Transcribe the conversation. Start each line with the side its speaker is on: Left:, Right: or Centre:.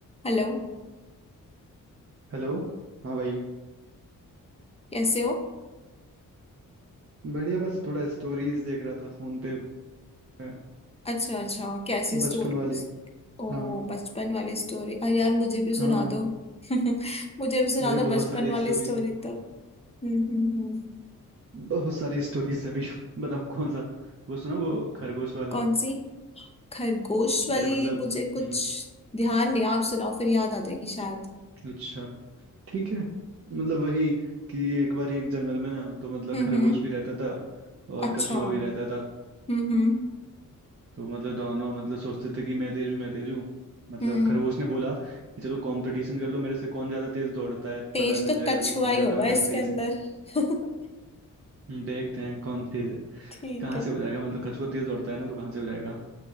Left: Hello
Right: Hello हाँ भाई
Left: कैसे हो
Right: बढ़िया बस थोड़ा स्टोरीज देख रहा था फोन पे मैं,
Left: अच्छा अच्छा कैसी स्टोरीज
Right: बचपन वाली
Left: ओ
Right: हाँ
Left: बचपन वाली स्टोरी अरे यार मुझे भी सुना
Right: हाँ
Left: दो <laughs> मुझे भी सुना
Right: अरे
Left: दो
Right: बहुत
Left: बचपन
Right: सारी
Left: वाली
Right: स्टोरीज
Left: स्टोरी
Right: है
Left: तो हम्म हम्म हम्म
Right: बहुत सारी स्टोरीज है अभी <laughs> बताओ कौन सा वो सुना वो खरगोश वाला
Left: कौन सी खरगोश वाली
Right: अरे मतलब
Left: मुझे कुछ
Right: हम्म
Left: ध्यान नहीं आप सुनाओ फिर याद आ जाएगी शायद
Right: अच्छा ठीक है मतलब वही कि एक बार एक जंगल में ना तो मतलब
Left: हम्म
Right: खरगोश
Left: हम्म
Right: भी रहता था और
Left: अच्छा
Right: कछुआ
Left: हम्म
Right: भी रहता था
Left: हम्म
Right: तो मतलब दोनों मतलब सोचते थे कि मैं तेज हूँ मैं तेज हूँ मतलब
Left: हम्म
Right: खरगोश ने बोला कि चलो कंपटीशन कर लो मेरे से कौन ज्यादा तेज दौड़ता है
Left: तेज
Right: पता चल
Left: तो
Right: जाएगा
Left: कछुआ
Right: कि कौन
Left: ही
Right: ज्यादा
Left: होगा
Right: मतलब
Left: इसके
Right: तेज
Left: अंदर
Right: है
Left: <laughs>
Right: हम देखते हैं कौन तेज है
Left: ठीक
Right: कहाँ
Left: है
Right: से हो जाएगा मतलब कछुआ तेज दौड़ता है ना तो कहाँ से हो जाएगा